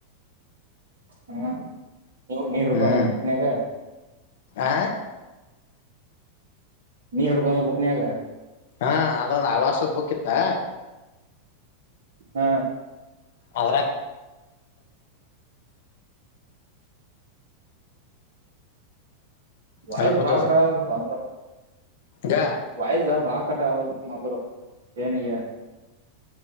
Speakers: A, on the right; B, on the left.
A: ಹ್ಮ ನೀವು ಹುಡ್ಕೊಕೊಂಡ
B: ಹ್ಮ್
A: ಬುಕ್ಕಾನಗ
B: ಆ
A: ನೀ ಹುಡ್ಕೊಂಡ ಬುಕ್ನಯಾಗ
B: ಹಾ ಅದೊಂದು ಆಳ್ವಾಸ್ ಬುಕ್ ಇತ್ತು
A: ಹ
B: ಅದ್ರಗ್
A: ವಾಯ್ಸ್
B: ಹಲೋ ಪಜು
A: ಬಾಳ ಕಟ್ಟಯತಪ್ಪ ನಿಂದು
B: ಗ
A: ವಾಯ್ಸ್ ಕಟ್ಟಾ ಬಂದ್ರು ಏನಿಗೆ